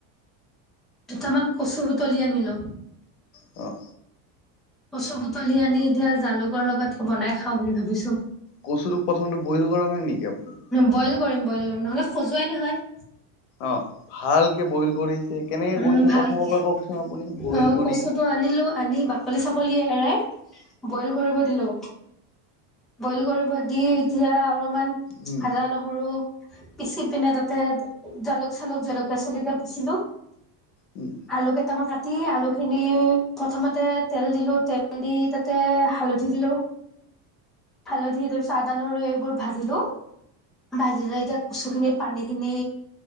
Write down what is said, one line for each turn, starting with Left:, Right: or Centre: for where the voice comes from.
Centre: দুটামান কচু বুটলি আনিলো।
Left: অঁ।
Centre: কচু বুটলি আনি এতিয়া জালুকৰ লগত বনাই খাওঁ বুলি ভাবিছো।
Left: কচুটোক প্ৰথমতে বইল কৰা নাই নেকি আপুনি?
Centre: বইল কৰিম, বইল কৰিম, নহ'লে খজুৱাই নহয়।
Left: অ, ভালকে বইল কৰিছে, কেনেকে
Centre: উম
Left: কৰিছে
Centre: ভালকে
Left: প্ৰথমৰ পৰা কওকচোন আপুনি বইল
Centre: অ
Left: কৰি?
Centre: কচুটো আনিলো আনি বাকলি-চাকলি এৰাই, বইল কৰিব দিলোঁ। বইল কৰিব দি, এতিয়া অলপমান
Left: উম
Centre: আদা-নহৰু পিচি পিনে তাতে জালুক- চালুক, জলকীয়া -চলকীয়া পিচিলো।
Left: উম।
Centre: আলু কেইটামান কাটি, আলুখিনি প্ৰথমতে তেল দিলো, তেল দি তা তে হালধি দিলো, হালধি তাৰপিছত আদা- নহৰু এইবোৰ ভাজিলো। ভাজি লৈ এতিয়া কচু খিনি পানী খিনি